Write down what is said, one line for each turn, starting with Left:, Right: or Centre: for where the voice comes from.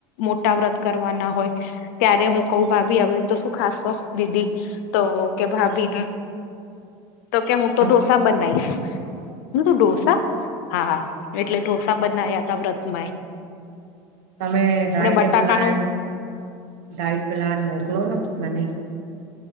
Left: મોટા વ્રત કરવાના હોય ત્યારે હું કઉ ભાભી હવે તો શું ખાસો દીદી. તો કે ભાભીને, તો કે હું તો
Right: ત
Left: ઢોસા બનાવીશ. <inaudible> ડોસા? હા હા, એટલે ઢોસા બનાવ્યા તા વ્રતમાં એ
Right: તમે ડાઇટ
Left: બટાકાનું
Right: પ્લાન ડાઇટ પ્લાન મોકલો ને મને.